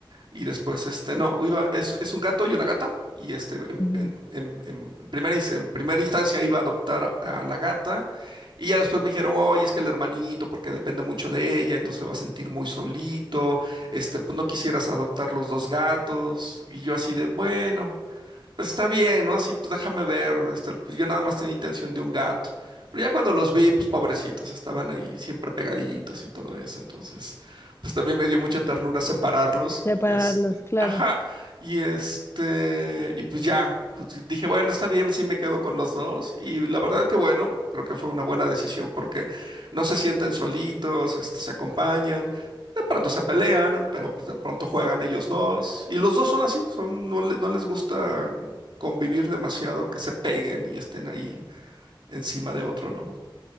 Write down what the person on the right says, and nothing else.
y después, este, no, iba, es, es un gato y una gata y este, en,
en- en- en- en primera, ins- en primera instancia iba a adoptar a la gata y ya después me dijeron, oye, es que el hermanito, porque depende mucho de ella, entonces se va a sentir muy solito, este, pues no quisieras adoptar los dos gatos y yo así de, bueno pues está bien, ¿no? Así, pues déjame ver, este, pues, yo nada más tenía intención de un gato. Pero ya cuando los vi, pues pobrecitos, estaban ahí siempre pegaditos y todo eso. Entonces, pues también me dio mucha ternura separarlos
y este,
ajá, y este, y pues ya, pues, dije, bueno, está bien, sí me quedo con los dos. Y la verdad que bueno, creo que fue una buena decisión porque no se sienten solitos, este, se acompañan. De pronto se pelean, pero pues de pronto juegan ellos dos. Y los dos son así, son, no, le- no les gusta convivir demasiado, que se peguen y estén ahí encima de otro, ¿no?